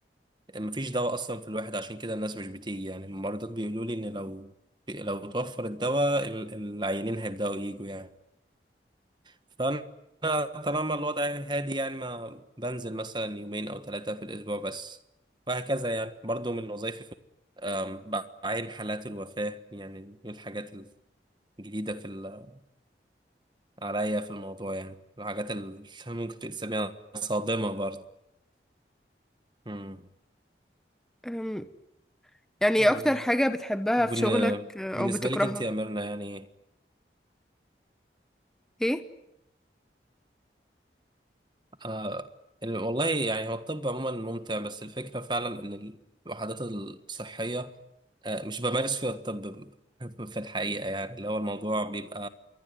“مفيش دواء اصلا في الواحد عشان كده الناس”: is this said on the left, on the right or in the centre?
Right